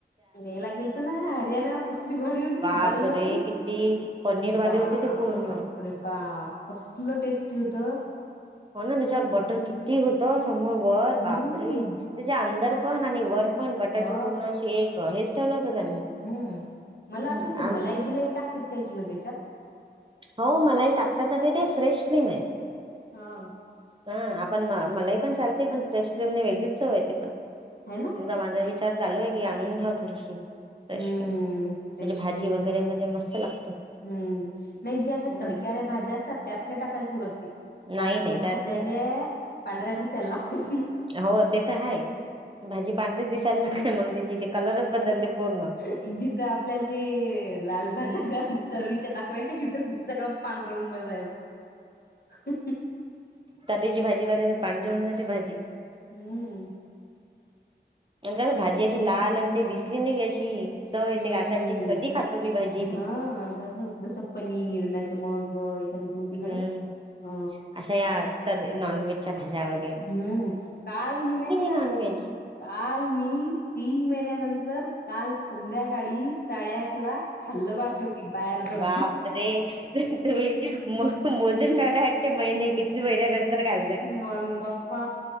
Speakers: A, on the left (about 60°); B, on the right (about 25°).
A: याय लागेल तर ना हरियाणावर कसली भारी होती
B: बाप
A: ती दाल
B: रे
A: मखनी
B: किती पनीरवाली
A: बापरे
B: होती ती पूर्ण
A: बाप कसलं टेस्टी होत.
B: हो ना त्याच्यावर बॉर्डर किती होतं समोर वर
A: हम्म
B: बापरे त्याच्या अंदर पण आणि वर पण बटर
A: हा
B: चे पूर्ण शेक हेच ठेवला होत त्यांनी
A: हम्म मला
B: हम्म
A: वाटत ते मलाई गिलाई टाकते काय कि हो त्याच्यात
B: हो मलाही टाकतात ना ते ते फ्रेश क्रीम आहे.
A: हा.
B: हा आपण मलाही पण चालते पण फ्रेश क्रीमने वेगळीच चव येते पण
A: है ना.
B: एकदा माझा विचार चालू आहे की आणून घ्या थोडीशी फ्रेश
A: हम्म
B: क्रीम म्हणजे
A: फ्रेश क्रीम
B: भाजी वगैरे मध्ये मस्त लागते.
A: हम्म. नाही जे अशा
B: हम्म
A: तडक्याल्या भाज्या असतात त्यात नाही टाकायला पुर ते कारण
B: नाही नाही
A: मग भाज्या
B: त्यात नाही
A: ज्या पांढर दिसायला लागतं.
B: हो ते तर आहे भाजी पांढरीच दिसायला लागते मग त्याची ते कलरच बदलते पूर्ण
A: एक जिथं आपल्याला ते लाल भाज्या कर तर्रीच्या दाखवायच्या तिथं सगळं पांढरून बसायचं. <unintelligible>
B: तरीची भाजी पार पांढर होऊन जाते भाजी
A: हम्म.
B: नस भाजी अशी लाल आणि ते दिसली नाही गी अशी चव
A: हम्म.
B: येते ग अशी कधी खातो मी भाजी ती
A: हा अ ह. जसं पनीर नत मग एखादी कोणतीकड
B: हम्म
A: अ.
B: अशा या तर नॉन व्हेजच्या भाज्यावर
A: हम्म काल मी माहिती का?
B: नॉनव्हेज
A: काल मी तीन महिन्यानंतर काल संध्याकाळी साडेआठ ला खाल्लं बा शेवटी बाहेर जाऊन
B: बाप रे तुम्ही मोजून ठेवला हटते महिने किती महिन्यानंतर घाललाय.
A: मंग बाप्पा